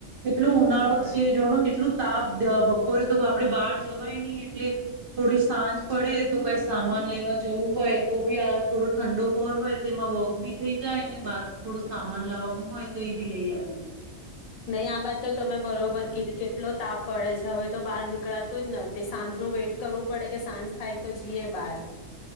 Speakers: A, on the right; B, on the left.
A: કેટલો ઉનાળો
B: આહા,
A: છે જોનો કેટલું તાપ બપોરે તો આપડે બહાર જવાય નહી એટલે થોડી સાંજ પડે તું કઈ સામાન લેવા જવું હોય તો ભી થોડો ઠંડો પહર હોય તો તે એમાં વોક બી થઈ જાય ને બહાર થોડો સામાન લાવવાનું હોય તો એ બી લઈ આવી
B: નહીં આ વાત તો તમે બરોબર કીધી કેટલો તાપ પડે છે હવે તો બહાર નીકળાતું જ ન તે સાંજ ન વેટ કરવું પડે કે સાંજ થાય તો જીએ બાર